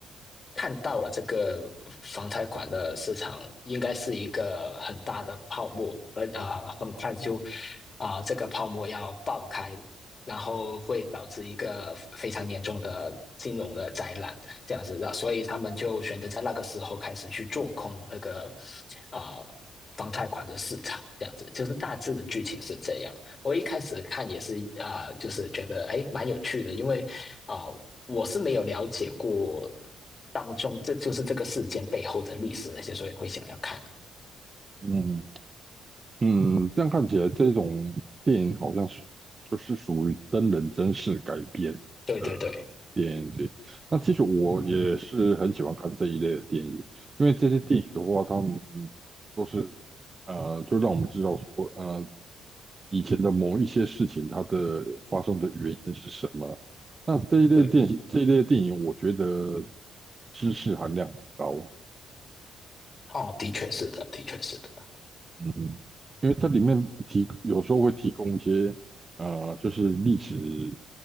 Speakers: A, on the left (about 35°); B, on the right (about 30°).
A: 看到了这个房贷款的市场应该是一个很大的泡沫，而啊、很快就啊、这个泡沫要爆开，然后会导致一个非常严重的金融的灾难，这样子的，所以他们就选择在那个时候开始去做空那个啊、呃房贷款的市场，这样子就是大致的剧情是这样。我一开始看也是啊、呃就是觉得哎蛮有趣的，因为啊、呃我是没有了解过当中这就是这个事件背后的历史那些，所以会想要看。
B: 嗯嗯。嗯，这样看起来，这种电影好像是就是属于真人真事改编的
A: 对对对
B: 电影。对，那其实我也是很喜欢看这一类的电影，因为这些电影的话，他们嗯都是呃，就让我们知道说，呃，以前的某一些事情它的发生的原因是什么。那这一类电影，
A: 对，
B: 这一类电影，我觉得知识含量很高。
A: 哦，的确是的，的确是的，
B: 嗯，因为它里面提有时候会提供一些呃，就是历史